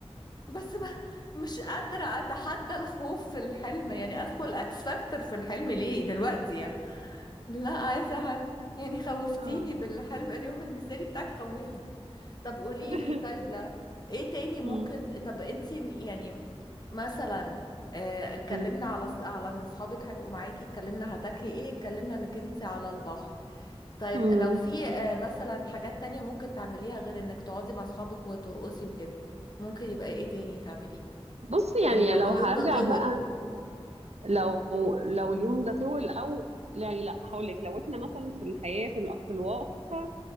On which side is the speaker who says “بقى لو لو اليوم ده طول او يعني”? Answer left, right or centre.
Right